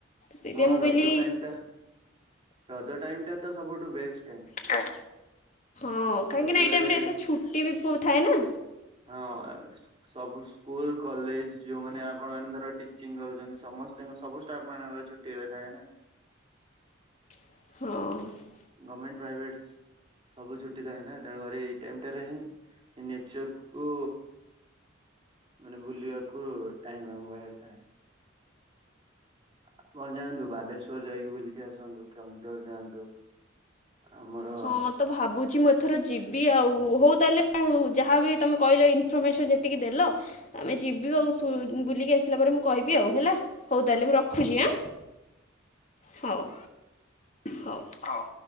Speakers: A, on the left; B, on the right.
A: ସେଇଥିପାଇଁ
B: ହଁ
A: ମୁଁ
B: ରଜ
A: କହିଲି
B: ଟାଇମ ଟା ରଜ ଟାଇମଟା ତ ସବୁଠୁ ବେଷ୍ଟ। ଟାଇମ।
A: କାଇଁ ହଁ କାହିଁକି
B: ରଜରେ
A: ନା ଏତେ ଟାଇମ ରେ ଏତେ ଛୁଟି ବି ଥାଏ ନା।
B: ହଁ ଏ ସବୁ ସ୍କୁଲ କଲେଜ ଯୋଉମାନେ ଆପଣ ମାନେ ଧର ଟିଚିଂ କରୁଛନ୍ତି ସମସ୍ତ ସବୁ ଷ୍ଟାଫ ମାନଙ୍କର ଛୁଟି ହେବେ ଥାଏ ନା।
A: ହଁ।
B: ଗମେଣ୍ଟ ପ୍ରାଇଭେଟ ସବୁ ଛୁଟି ଥାଏ ନା ତେଣୁକରି ଏଇ ଟାଇମଟାରେ ହିଁ ନେଚରକୁ ମାନେ ବୁଲିବାକୁ ଟାଇମ ଆମପାଖରେ ଥାଏ। ଆପଣ ଯାଆନ୍ତୁ ବାଲେଶ୍ଵର ଯାଇକି ବୁଲିକି ଆସନ୍ତୁ କେଉଁଝର ଯାଆନ୍ତୁ। ଆମର
A: ହଁ ତ ଭାବୁଛି ମୁଁ ଏଥର ଯିବି ଆଉ। ହଉ ତାହେଲେ ମୁଁ ଯାହାବି ତମେ କହିଲ ଇନଫରମେସନ ଯେତିକି ଦେଲ ଆମେ ଯିବୁ ଆଉ ଶୁ ବୁଲିକି ଆସିଲା ପରେ ମୁଁ କହିବି ଆଉ ହେଲା ହଉ ତାହେଲେ ମୁଁ ରଖୁଛି ଆଁ। ହଉ ହଉ ହଉ।